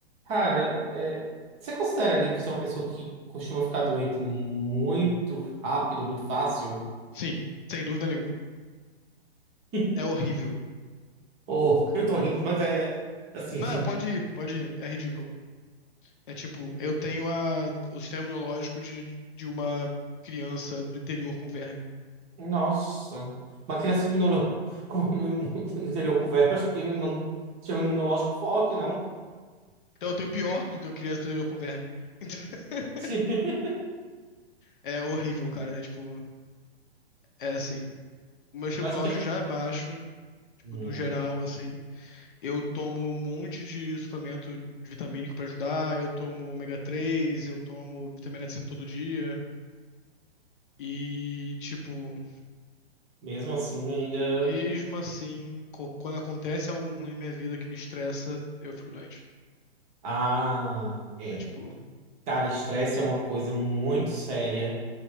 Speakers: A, on the right; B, on the left.
A: Cara, é, você considera ali que você é uma pessoa que costuma ficar doente muito rápido, muito fácil?
B: Sim, sem dúvida nenhuma.
A: <laughs>
B: É horrível.
A: Ou eu tô rindo, mas é é assim,
B: Não, pode ir, pode ir. É ridículo. É tipo, eu tenho a, o sistema imunológico de, de uma criança do interior com verme.
A: nossa. Uma criança imuno- com- no, imu- no interior com verme, acho que tem um imuno- sistema imunológico forte, não?
B: Então eu tenho pior que a criança do interior com verme. Então, <laughs>
A: <laughs>
B: é horrível, cara. É tipo, é assim. O meu sistema
A: Mas
B: imunológico
A: o que é que.
B: já é baixo, tipo,
A: Hum,
B: no geral, assim. Eu tomo um monte de suplemento vitamínico pra ajudar. Eu tomo ômega três eu tomo vitamina C todo dia. E, tipo,
A: mesmo assim, ainda.
B: Mesmo assim, co- quando acontece algo ruim em minha vida que me estressa, eu fico doente.
A: Ah, é.
B: É tipo,
A: Cara, estresse é uma coisa muito séria